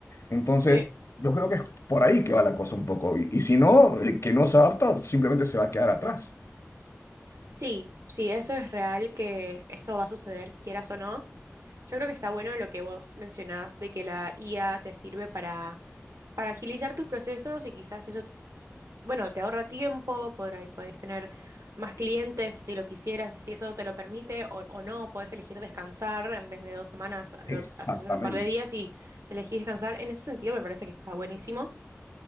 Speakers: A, on the left; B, on the right.
A: Entonces,
B: Sí.
A: yo creo que es por ahí que va la cosa un poco. Y, y si no, el que no se adapta simplemente se va a quedar atrás.
B: Sí, sí, eso es real que esto va a suceder, quieras o no. Yo creo que está bueno lo que vos mencionás de que la IA te sirve para, para agilizar tus procesos y quizás eso, bueno, te ahorra tiempo, por ahí puedes tener más clientes si lo quisieras, si eso te lo permite o, o no, puedes elegir descansar en vez de dos semanas, lo
A: Exactamente.
B: haces en un par de días y elegís descansar. En ese sentido me parece que está buenísimo.